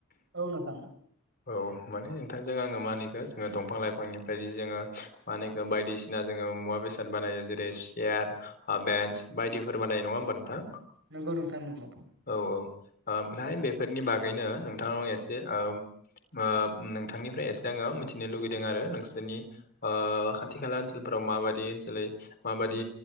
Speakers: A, on the right; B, on the left.
A: औ नोंथां
B: औ माने नोंथांजों आङो मानिखौ जोङो दंफां लाइफांनिफ्राय जोङो मानिखो बायदिसिना जोङो मुवा बेसाद बानायो जेरै सियार, ब्रेन्स बायदिफोर बानायो नङा होनबा नोंथां?
A: नंगौ नोंथां नंगौ
B: औ औ - ओमफ्राय बेफोरनि बागैनो दं एसे नोंथांनिफ्राय एसे आङो मिथिनो लुगैदों आरो नोंसोरनि खाथि खाला ओनसोलफोराव मा माबादि ओनसोल माबादि